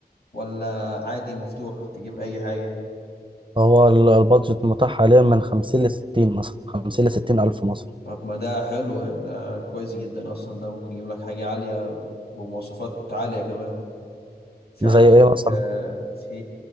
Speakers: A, on the left (about 70°); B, on the right (about 30°).
A: ولا عادي مفتوح تجيب أي حاجة
B: هو ال- البادجت متاح حاليا من 50 ل 60 مثلا 50 ل 60 الف مصري
A: طب ما ده حلو يعني ده كويس جدا أصلا ده ممكن يجيب لك حاجة عالية بمواصفات عالية كمان في
B: زي
A: عندك
B: ايه مثلا
A: آه، في